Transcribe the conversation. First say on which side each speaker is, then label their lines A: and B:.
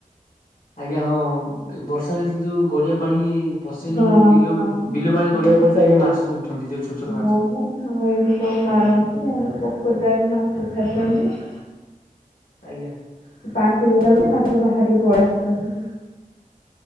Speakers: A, on the left (about 70°); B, on the left (about 85°).
A: ଆଜ୍ଞା ହଁ ବର୍ଷା ଯେତେବେଳେ ଯୋଉ ଗଡିଆ ପାଣି ପସେ
B: ହଁ
A: ଯୋଉ
B: ହଁ
A: ବିଲକୁ ବିଲ ପାଣି
B: ହୁଁ।
A: ଗଡ଼ିଆ କୁ ପଶେ ଆଜ୍ଞା ମାଛ ସବୁ ଉଠନ୍ତି ଯୋଉ ଛୋଟ ଛୋଟ
B: ହଁ
A: ମାଛ।
B: ବା ହଁ ଏଇଠି ସବୁ ମାରନ୍ତି
A: ଆଜ୍ଞା
B: ଆମର ପୋଖରୀ ଟା ବି ମାଛ ଛାଡିଛନ୍ତି।
A: ଆଜ୍ଞା।
B: ସେ ପାଣି ଫୁଲ ହେଇଗଲେ ଆଉ ସବୁ ବାହାରିକି ପଳେଇ ଆସୁଛନ୍ତି।